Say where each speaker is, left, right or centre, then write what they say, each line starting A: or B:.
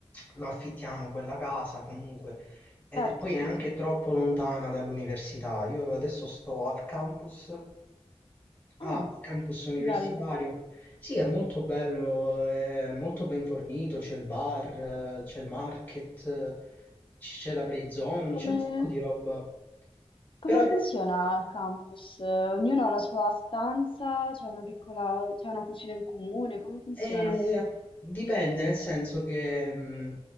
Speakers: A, on the left; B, on the left.
A: lo affittiamo quella casa comunque, e
B: Certo,
A: poi
B: sì,
A: è anche
B: sì.
A: troppo lontana dall'università. Io adesso sto al campus Ah,
B: Ah,
A: campus universitario.
B: che bello.
A: Sì, è molto bello, è molto ben fornito, c'è il bar, eh, c'è il market, eh, c- c'è la play zone,
B: Come,
A: c'è un sacco di roba.
B: come
A: Però
B: funziona il campus? Eh, Ognuno ha la sua stanza, c'è una piccola, c'è una cucina in comune, come funziona?
A: eh, dipende, nel senso che mh,